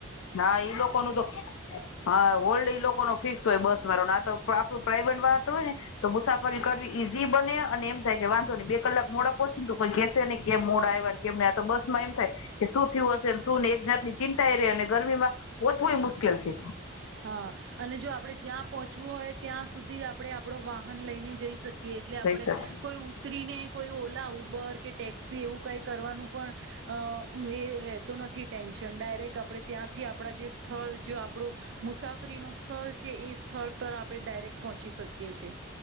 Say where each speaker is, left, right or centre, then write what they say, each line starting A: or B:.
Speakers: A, on the left (about 85°); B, on the right (about 55°).
A: હા ઈ લોકો નું તો હા વડ લોકો નો ફિક્સ હોય બસ વાળો આ આપું પ્રાઈવેટ વા હાન હોય ને તો મુસાફરી કરવી ઈઝી બને અને એમ થાય કે વાંધો નહી, બે કલાક મોડા પોછીને તો કોઈ કેહેશે નને કેમ મોડા આવ કેમ આ તો બસ માં એમ થાય કે શું થયું હશે શુંને એક જાતની ચિંતા એ રહે ગરમીમાં ઓછું મુશ્કેલ છે.
B: હા અને જો આપણે જ્યાં પહોંચવું હોય ત્યાં સુધી આપણે આપડો વાહન લઈને જઈ શકી કે એટલે આપણે
A: જઈ સર
B: કોઈ ઉતરીને. કોઈ ઓલા ઉબર કે ટેક્ એવું કઈ કરવાનું પણ. અ એ રેતો નથી. ટેન્શન ડાયરેક્ટ આપે ત્યાંથી આપડા જે સ્થળ જો આપણું મુસાફરી નું સ્થળ છે, એ સ્થળ પર આપણે ડાયરેક્ટ પહોંચી શકીએ છે.